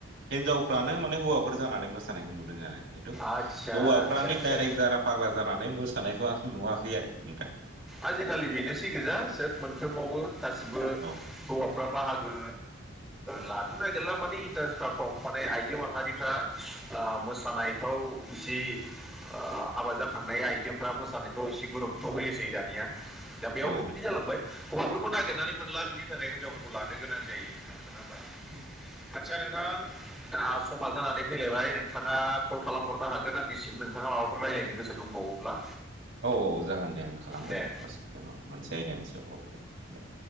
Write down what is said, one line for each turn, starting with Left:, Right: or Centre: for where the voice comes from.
Right: हिनजावफ्रानो माने हौवाफोर जानानै मोसानायखौ नुदों आङो। खिन्थु
Centre: आदसा
Right: हौवाफ्रानो
Centre: आदसा आदसा
Right: दडाइरेक्ट जारा फाग्ला जानानै मोसानायखौ आं नुवाखै आरोखि नोंथां।
Centre: आजिखालि बेनोसै गोजा सोब मोनफ्रोमावबो गासिबो
Right: औ
Centre: हौवा <unintelligible> बाहागो लानो नागिरला, माने इन्टारेस्टफ्रा खम माने आइजो माहारिफ्रा ओ मोसानायफ्राव जि ओ हाबा जाखांनाय आइजोफ्रा मोसानायखौ एसे गुरुतथ' होयोसै। दानिया दा बेयावनो
Right: औ
Centre: बिदि जालांबाय। हौवाफोरखौ नागिरनानै मोनला बिनि थाखाय हिनजावफोरखौ लानो गोनां जायो नोंथां नङा होमबा?
Right: औ।
Centre: आच्चसा नोंथां दा समा जानानै फैलायबाय नोंथाङा कल खालाम हरनो हागोन आंनिसिम नोंथाङा माबाफोर रायजलायनो गोसो दंबावोब्ला।
Right: औ औ जागोन दे आं खालामगोन
Centre: दे
Right: <unintelligible> औ मोनसे आयदानि सायाव अके दे।